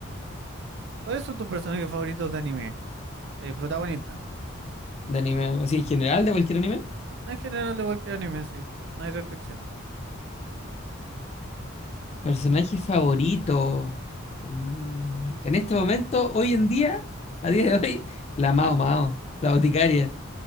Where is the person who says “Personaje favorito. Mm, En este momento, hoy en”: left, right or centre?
Left